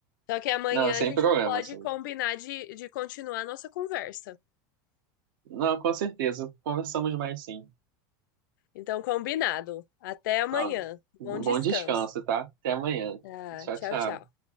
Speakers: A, on the left; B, on the right.
A: Só que amanhã
B: Não, sem
A: a gente
B: problema,
A: pode
B: assim.
A: combinar de, de continuar a nossa conversa.
B: Não, com certeza. Conversamos mais sim.
A: Então, combinado. Até amanhã.
B: Ah,
A: Bom
B: bom
A: descanso.
B: descanso, tá? Até amanhã.
A: Ah,
B: Tchau,
A: tchau,
B: tchau.
A: tchau.